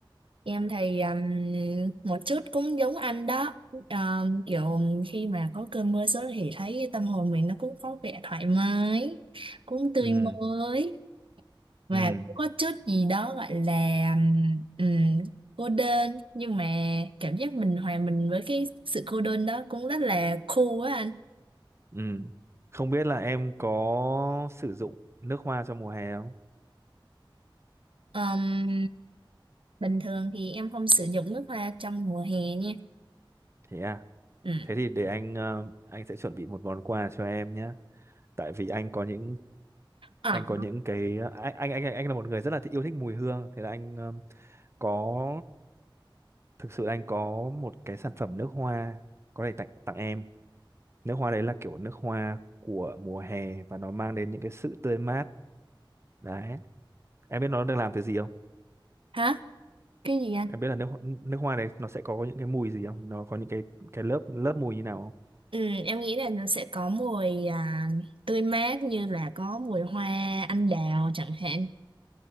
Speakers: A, on the right (about 80°); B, on the right (about 30°).
A: Em thì ừm, một chút cũng giống anh đó. Ờm, kiểu khi mà có cơn mưa xuống thì thấy tâm hồn mình nó cũng có vẻ thoải mái, cũng tươi
B: Ừ,
A: mới. và
B: ừ,
A: cũng có chút gì đó gọi là ừm, cô đơn nhưng mà cảm giác mình hòa mình với cái sự cô đơn đó cũng rất là cool á anh
B: ừ. Không biết là em có sử dụng nước hoa trong mùa hè không?
A: Ừm, bình thường thì em không sử dụng nước hoa trong mùa hè nha
B: Thế à.
A: ừ.
B: Thế thì để anh ờ, anh sẽ chuẩn bị một món quà cho em nhé. tại vì anh có những
A: à,
B: anh có những cái anh anh anh anh là một người rất là thích- yêu thích mùi hương thế là anh um, có thực sự anh có một cái sản phẩm nước hoa có thể tặng tặng em nước hoa đấy là kiểu nước hoa của mùa hè và nó mang đến những cái sự tươi mát đấy em biết nó được làm từ gì không
A: hả cái gì anh
B: em biết là nước nước hoa đấy nó sẽ có những cái mùi gì không nó có những cái cái lớp lớp mùi như nào không
A: ừ, em nghĩ là nó sẽ có mùi à, tươi mát như là có mùi hoa anh đào chẳng hạn